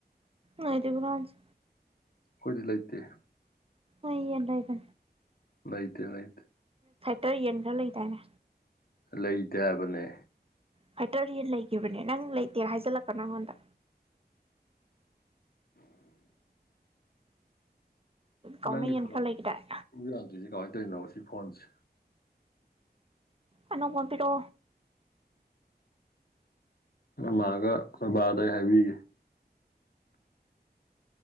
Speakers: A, on the right (about 35°); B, on the left (about 60°).
A: ꯅꯣꯏꯗꯩ ꯍꯨꯔꯥꯟꯁꯦ
B: ꯍꯣꯏꯗꯤ ꯂꯩ ꯂꯩꯇꯦ
A: ꯑ ꯏ ꯂꯏꯕ
B: ꯂꯩꯥꯏꯇ ꯍꯥꯏ
A: ꯇ ꯌꯦꯟ ꯈ꯭ꯔ ꯂꯩꯗꯥꯏꯅꯦ
B: ꯂꯩꯇꯦ ꯍꯥꯏꯕꯅꯦ
A: ꯐꯇꯥꯔꯤ ꯂꯩꯈꯤꯕꯅꯦ ꯅꯪ ꯂꯩꯇꯦ ꯍꯥꯏꯖꯤꯜꯂꯛꯄ ꯅ ꯅꯪꯉꯣꯟꯗ ꯀꯥꯎꯅ
B: ꯅꯪꯒꯤ
A: ꯌꯦꯟ
B: ꯐꯣꯟ
A: ꯈꯔ ꯂꯩꯒꯤꯗꯥꯏ
B: ꯌꯥꯥꯟꯗ꯭ꯣꯏꯁꯦ ꯀꯃꯥꯏꯅ ꯇꯧꯔꯤꯅꯣ ꯁꯤ ꯐꯣꯟꯁꯦ
A: ꯑꯅ ꯀꯄꯤꯔꯣ
B: ꯃꯥꯒ ꯃꯔꯕꯥꯗ ꯍꯥꯏꯕꯤ